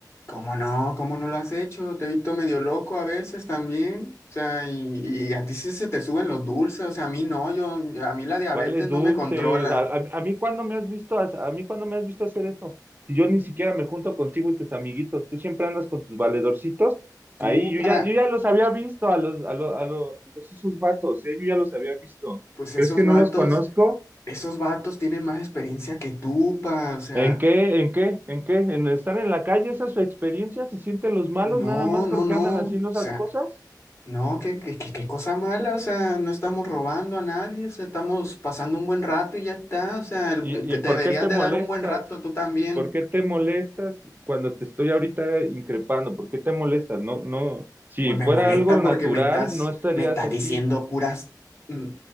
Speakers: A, on the left; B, on the right.
A: ¿Cómo no? ¿Cómo no lo has hecho? Te he visto medio loco a veces también. O sea, y, y a ti sí se te suben los dulces, o sea, a mí no, yo, a mí la diabetes
B: ¿Cuáles
A: no
B: dulces?
A: me controla.
B: A, a- a mí cuándo me has visto ha- a, mí cuándo me has visto hacer eso? Si yo ni siquiera me junto contigo y tus amiguitos, tú siempre andas con tus valedorcitos.
A: Tú
B: Ahí yo
A: para,
B: ya yo ya los había visto a los a lo- a lo- a los esos vatos, ¿eh? Yo ya los había visto.
A: pues esos
B: ¿Crees que
A: vatos.
B: no los conozco?
A: Esos vatos tienen más experiencia que tú, pa, o sea,
B: ¿En qué? ¿En qué? ¿En qué? ¿En estar en la calle? ¿Esa es su experiencia? ¿Se sienten los malos
A: no,
B: nada más
A: no,
B: porque
A: no,
B: andan haciendo
A: o sea,
B: esas cosas?
A: no, qué, qué, qué, qué cosa mala, o sea, no estamos robando a nadie, o sea, estamos pasando un buen rato y ya está, o sea,
B: ¿Y,
A: el- te,
B: y
A: te
B: por
A: deberías
B: qué te
A: de
B: molestas?
A: dar un buen rato tú también.
B: ¿Por qué te molestas cuando te estoy ahorita increpando? ¿Por qué te molestas? No, no, si
A: Pues me
B: fuera
A: molesta
B: algo
A: porque
B: natural,
A: me estás,
B: no estarías
A: me estás
B: así.
A: diciendo puras, mm,